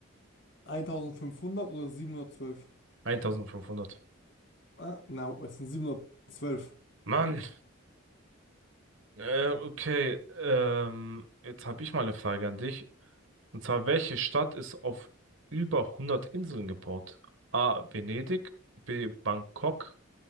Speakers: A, on the left; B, on the right.
A: 1500 oder 712?
B: 1500.
A: Ah, na, es sind 712
B: Mann. Äh, okay. Ähm, jetzt habe ich mal eine Frage an dich. Und zwar, welche Stadt ist auf über 100 Inseln gebaut? A. Venedig. B. Bangkok.